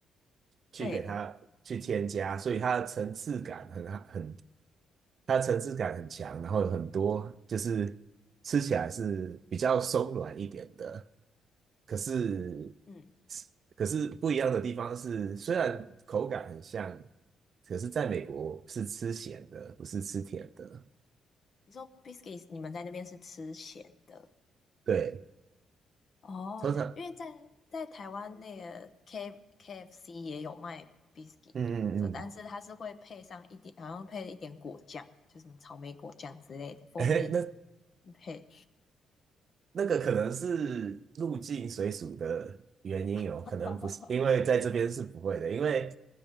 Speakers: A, on the right; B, on the left.
A: 去给它去添加，
B: 对，
A: 所以它的层次感很很它层次感很强，然后有很多就是吃起来是比较松软一点的，可是
B: 嗯，
A: 可是不一样的地方是，虽然口感很像，可是在美国是吃咸的，不是吃甜的。
B: 你说 biscuits，你们在那边是吃咸的
A: 对，
B: 哦，
A: 通常
B: 因为在在台湾那个 K KFC 也有卖 biscuit，
A: 嗯嗯嗯，
B: 这但是它是会配上一点，好像配了一点果酱，就是什么草莓果酱之类的，蜂蜜
A: <laughs> 哎，那
B: 配
A: 那个可能是入境水属的原因哦，
B: <laughs>
A: 可能不是，因为在这边是不会的，因为